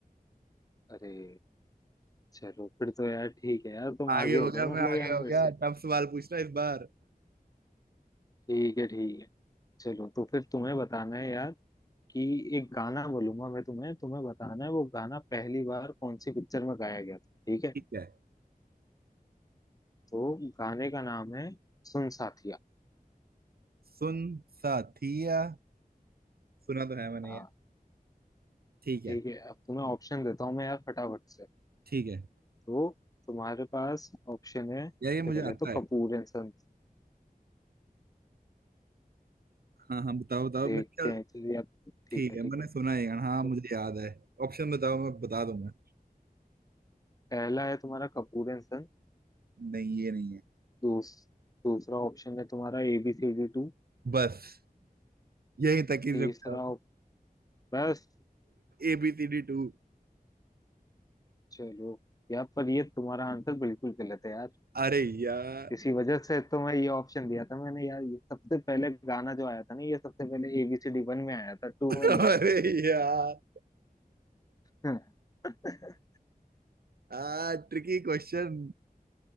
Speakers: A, on the left; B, on the right.
A: अरे चलो फिर तो यार ठीक है यार तुम
B: आगे
A: आगे
B: हो
A: हो
B: गया
A: गए
B: मैं
A: मतलब
B: आगे
A: यार मेरे
B: हो गया
A: से
B: टफ सवाल पूछना इस बार
A: ठीक है ठीक है चलो तो फिर तुम्हें बताना है यार कि एक गाना बोलूंगा मैं तुम्हें तुम्हें बताना है वो गाना पहली बार कौन सी पिक्चर में गाया गया था ठीक है
B: ठीक है
A: तो गाने का नाम है सुन साथिया
B: सुन साथिया सुना तो है मैंने
A: हाँ
B: यार ठीक है
A: ठीक है अब तुम्हें ऑप्शन देता हूँ मैं यार फटाफट से
B: ठीक है
A: तो तुम्हारे पास ऑप्शन है सबसे
B: यार ये मुझे
A: पहले
B: आता
A: तो
B: है
A: कपूर एंड सन्स
B: हाँ हाँ बताओ बताओ
A: देखते
B: मेरे ख्याल
A: हैं चलिए अब ठीक
B: ठीक
A: है
B: है
A: ठीक
B: मैंने
A: है
B: सुना है यार
A: तो
B: हाँ मुझे याद है ऑप्शन बताओ मैं बता दूंगा
A: पहला है तुम्हारा कपूर एंड सन्स
B: नहीं ये नहीं है
A: दूस, दूसरा ऑप्शन है तुम्हारा एबीसीडी टू
B: बस यही तक ही
A: तीसरा
B: रुक जाओ
A: op- बस
B: ए बी सी डी टू
A: चलो यार पर ये तुम्हारा आंसर बिल्कुल गलत है यार
B: अरे यार
A: इसी वजह से तो मैं ये ऑप्शन दिया था मैंने यार ये सबसे पहले गाना जो आया था ना ये सबसे पहले एबीसीडी वन में आया था टू
B: <laughs>
A: में नहीं
B: अरे
A: आया
B: यार
A: था <laughs>
B: आ ट्रिकी क्वेश्चन